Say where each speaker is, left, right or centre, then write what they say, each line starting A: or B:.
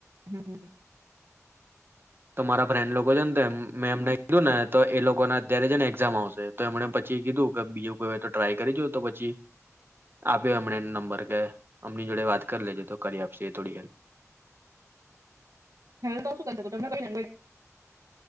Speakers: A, on the right; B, on the right.
A: હમ્મ હમ્મ.
B: તમારા ફ્રેન્ડ લોકો છે ને એમ મેં એમને કીધું ને તો એ લોકોને અત્યારે છે ને એક્ઝામ આવશે તો એમને પછી કીધું કે બીજું કોઈ હોય તો ટ્રાય કરી જોવો તો પછી આપ્યો એમણે નંબર કે અમની જોડે વાત કર લેજે તો કરી આપશે એ થોડી હેલ્પ.
A: હેલ્પ તો હું શું કરી શકું તમને <inaudible>